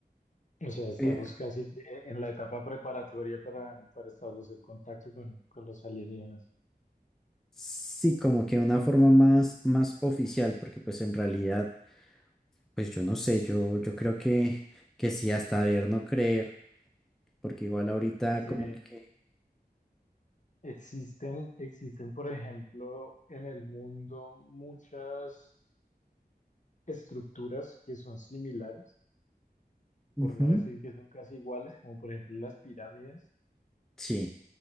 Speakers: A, on the left; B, in the centre.
A: O sea, estamos
B: Eh,
A: casi que en la etapa preparatoria para, para establecer contacto con, con los alienígenas,
B: sí, como que una forma más, más oficial, porque pues en realidad... Pues yo no sé, yo, yo creo que, que sí, hasta ver no creer, porque igual ahorita
A: porque
B: como que...
A: Existen, existen, por ejemplo, en el mundo muchas estructuras que son similares,
B: Ujú,
A: por no decir que son casi iguales, como por ejemplo las pirámides.
B: Sí,